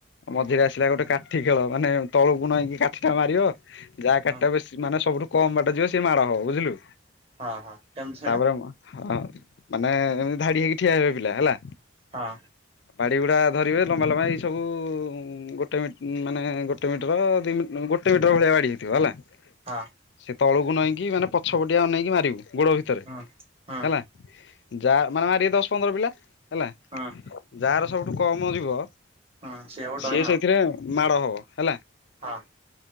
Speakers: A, on the left; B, on the right.
A: ମଝିରେ ଆସିଲା ଗୋଟେ କାଠି ଖେଳ ମାନେ ତଳକୁ ନଇକି କାଠି ଟା ମାରିବ। ଯାହା କାଠିଟା
B: ହଁ
A: ବେଶୀ ମାନେ ସବୁଠୁ କମ ବାଟା ଯିବ ସିଏ ମାଡ଼ ହବ ବୁଝିଲୁ।
B: ହଁ ହଁ କେମିତି ସେଇଟା।
A: ତାପରେ ହଁ ମାନେ ଏମତି ଧାଡି ହେଇକି ଠିଆ ହେବେ ପିଲା ହେଲା।
B: ହଁ
A: ବାଡି ଗୁଡା ଧରିବେ ଲମ୍ବା ଲମ୍ବା ଏଇ ସବୁ ଗୋଟେ ମି ମାନେ ଗୋଟେ ମିଟର ଦି ମିର ଗୋଟେ ମିଟର ଭଳିଆ ବାଡି ହେଇଥିବ ହେଲା।
B: ହଁ
A: ସେ ତଳକୁ ନଇଁକି ମାନେ ପଛ ପଟିଆ ଅନେଇକି ମାରିବୁ ଗୋଡ ଭି ତରେ
B: ହୁଁ ହୁଁ
A: ହେଲା ଯା ମାନେ ମାରିବେ ଦଶ ପନ୍ଦର ପିଲା ହେଲା।
B: ହଁ।
A: ଯାହାର ସବୁଠୁ କମ ଯିବ
B: ହୁଁ ସେଆକୁ
A: ସିଏ
B: ଡଇଁ ଆଉ
A: ସେଇ ଥିରେ ମାଡ ହବ ହେଲା।
B: ହଁ।